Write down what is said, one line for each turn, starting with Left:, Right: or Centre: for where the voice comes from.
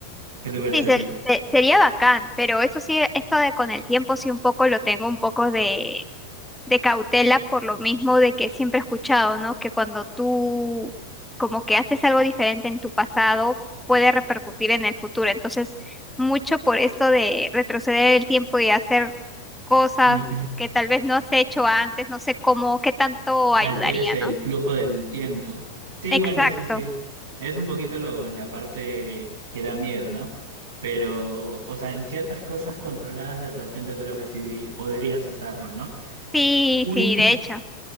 Right: ¿Qué te parece
Centre: Sí, se-
Right: a ti?
Centre: se- sería bacán, pero eso sí, esto de con el tiempo sí un poco lo tengo un poco de de cautela por lo mismo de que siempre he escuchado, ¿no? Que cuando tú como que haces algo diferente en tu pasado, puede repercutir en el futuro. Entonces, mucho por esto de retroceder el tiempo y hacer cosas
Right: Ujú.
Centre: que tal vez no has hecho antes, no sé cómo, qué tanto ayudaría,
Right: alteres el
Centre: ¿no?
Right: flujo del tiempo. Sí,
Centre: Exacto.
Right: bueno, sí, sí. Es un poquito lo, la parte que da miedo, ¿no? Pero, o sea, en ciertas cosas controladas de repente creo que sí podrías usarlo, ¿no?
Centre: Sí,
Right: Un
Centre: sí, de hecho.